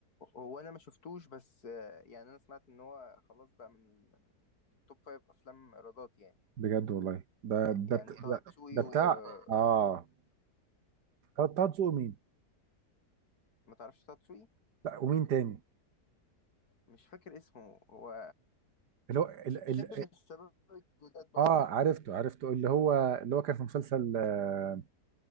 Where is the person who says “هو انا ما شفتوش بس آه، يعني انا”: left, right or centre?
Left